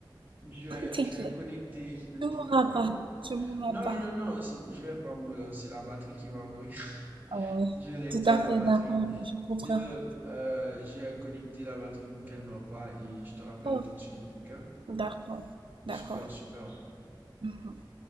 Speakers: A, on the right (about 25°); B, on the right (about 80°).
A: Je vais,
B: t'inquiète.
A: je vais connecter le
B: Tu mourras
A: téléphone.
B: pas, tu mourras
A: Non,
B: pas.
A: non, non, c'est- je vais pas mourir, c'est la batterie qui va mourir. <laughs>
B: Ah ouais,
A: Je l'ai
B: tout
A: dit
B: à
A: à la
B: fait
A: batterie.
B: d'accord, je comprends.
A: Et donc, euh, j'ai connecté la batterie pour qu'elle ne meure pas et je te rappelle
B: Oh,
A: tout de suite, ok?
B: D'accord, d'accord.
A: Super, super.
B: Mhm.